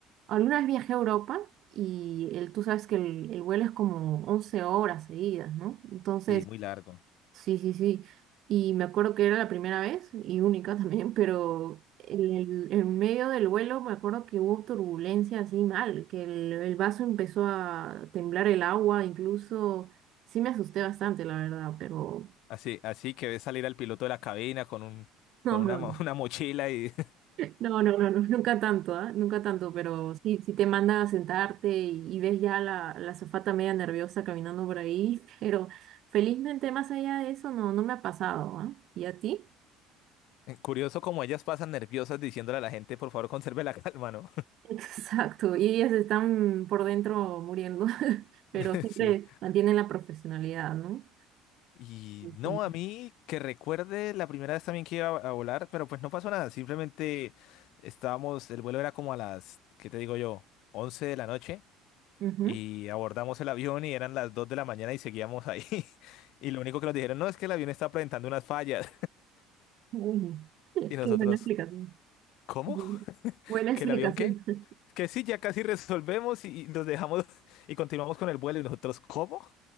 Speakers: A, on the right (about 60°); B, on the left (about 70°).
A: alguna vez viajé a Europa y el, tú sabes que el, el vuelo es como 11 horas seguidas, ¿no? Entonces,
B: Sí, muy largo.
A: sí, sí, sí. Y me acuerdo que era la primera vez y única <laughs> también, pero en, el- en medio del vuelo me acuerdo que hubo turbulencia así mal, que el, el vaso empezó a temblar el agua, incluso sí me asusté bastante, la verdad, pero
B: Así, así que ves salir al piloto de la cabina con un,
A: no,
B: con una,
A: no.
B: mo-
A: no.
B: <laughs> una mochila y
A: No, no, no, no, nunca tanto, ¿ah? Nunca tanto, pero sí, sí te mandan a sentarte y, y ves ya la, la azafata media nerviosa caminando por ahí, <laughs> pero felizmente más allá de eso no, no me ha pasado, ¿ah? ¿Y a ti?
B: <laughs> curioso como ellas pasan nerviosas diciéndole a la gente, por favor, conserve la calma, ¿no?
A: <laughs> Exacto, y ellas están por dentro muriendo, <laughs> pero
B: <laughs>
A: siempre
B: Sí.
A: mantienen la profesionalidad, ¿no?
B: Y no,
A: Sí.
B: a mí que recuerde la primera vez también que iba a volar, pero pues no pasó nada, simplemente estábamos, el vuelo era como a las, ¿qué te digo yo? 11 de la noche
A: Ujú.
B: y abordamos el avión y eran las 2 de la mañana y seguíamos ahí. <laughs> Y lo único que nos dijeron, no, es que el avión está presentando unas fallas.
A: Bueno,
B: <laughs>
A: <laughs>
B: Y nosotros,
A: Qué buena explicación.
B: ¿cómo?
A: Bien. Buena explicación.
B: ¿Que el avión qué?
A: <laughs>
B: Que sí, ya casi resolvemos y los dejamos <laughs> y continuamos con el vuelo. Y nosotros, ¿cómo?